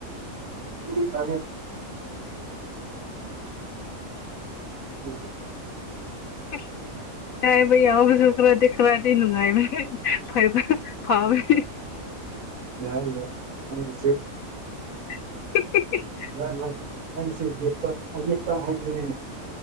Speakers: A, on the right; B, on the left.
A: <inaudible> ꯁ <unintelligible>
B: <inaudible> ꯇꯥꯏꯕꯩ ꯌꯥꯎꯕꯖꯈ꯭ꯔꯥ ꯗꯦ ꯈ꯭ꯔꯥꯗꯤ ꯅꯨꯡꯉꯥꯏꯕ ꯐꯥꯏꯕ ꯐꯥꯝ <inaudible>
A: ꯌꯥꯏ ꯌꯥꯦ ꯃꯅꯤꯁꯨ
B: <unintelligible>
A: ꯂꯥꯛ ꯂ ꯅꯪꯁꯨ ꯌꯦꯠꯄ ꯌꯦꯠꯄ ꯍꯥꯏꯕꯅꯤ